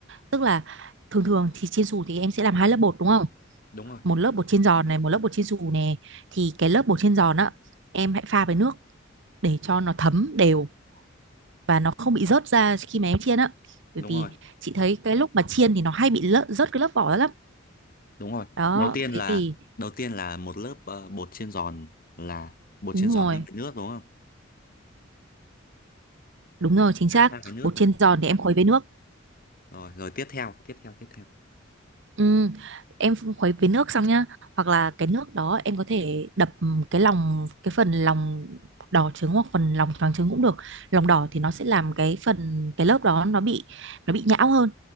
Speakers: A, on the right; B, on the left.
A: Tức là thường thường thì chiên xù thì em sẽ làm hai lớp bột đúng không?
B: đúng rồi
A: Một lớp bột chiên giòn này, một lớp bột chiên xù này thì cái lớp bột chiên giòn á em hãy pha với nước để cho nó thấm đều và nó không bị rớt ra khi mà em chiên á
B: đúng
A: bởi vì
B: rồi
A: chị thấy cái lúc mà chiên thì nó hay bị lỡ, rớt cái lớp vỏ ra lắm
B: đúng rồi
A: đó
B: đầu tiên
A: thế
B: là
A: thì
B: đầu tiên là một lớp ờ, bột chiên giòn là bột
A: đúng
B: chiên giòn
A: rồi
B: ngâm với nước đúng không
A: đúng rồi chính xác
B: pha với nước
A: bột
B: đúng
A: chiên
B: không
A: giòn thì em
B: rồi
A: khuấy với nước
B: rồi, rồi tiếp theo tiếp theo tiếp theo
A: Ừ, em ph- khuấy với nước xong nhá hoặc là cái nước đó em có thể đập cái lòng cái phần lòng đỏ trứng hoặc phần lòng trắng trứng cũng được lòng đỏ thì nó sẽ làm cái phần cái lớp đó nó bị nó bị nhão hơn